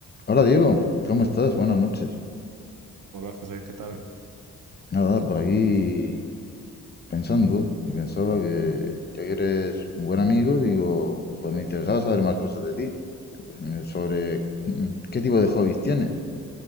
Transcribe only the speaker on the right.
Hola José, ¿qué tal?